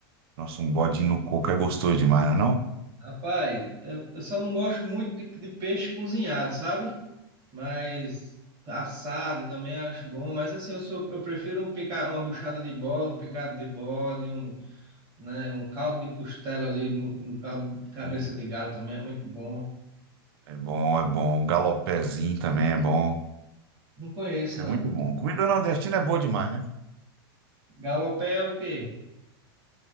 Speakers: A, on the right (about 75°); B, on the right (about 30°).
A: Nossa, um bodinho no coco é gostoso demais, não é não?
B: Rapaz, eu, eu só não gosto muito de, de peixe cozinhado, sabe? Mas assado também acho bom, mas assim, eu, sou, eu prefiro um pica, uma buchada de bola, um picado de bode, um, né, um caldo de costela ali, um um caldo de cabeça
A: Hum,
B: de galo também é muito bom.
A: é bom, é bom. Um galopézinho também é bom.
B: Não conheço,
A: Isso
B: não.
A: é muito bom. Comida nordestina é boa demais, né?
B: Galopé é o quê?